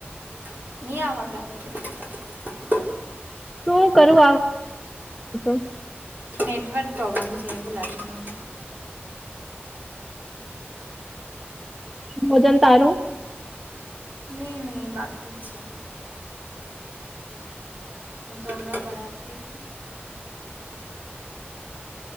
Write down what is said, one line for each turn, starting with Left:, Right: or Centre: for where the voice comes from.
Right: <inaudible>
Centre: શું કરું <unintelligible>
Right: નેટવર્ક પ્રોબ્લેમ છે, એ બોલાબ છે, ને
Centre: ભોજન તારું
Right: નહીં બાકી છે. હું તો એમને બણવતી છું.